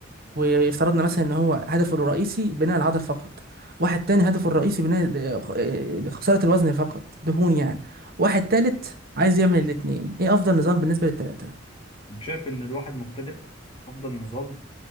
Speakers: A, on the right; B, on the left.
A: وافترضنا مثلا ان هو هدفه الرئيسي بناء العضل فقط واحد تاني هدفه الرئيسي بناء اه، خ- اه، خساره الوزن فقط دهون يعني واحد تالت عايز يعمل الاتنين ايه افضل نظام بالنسبه للتلاته
B: شايف ان الواحد مبتدئ افضل نظام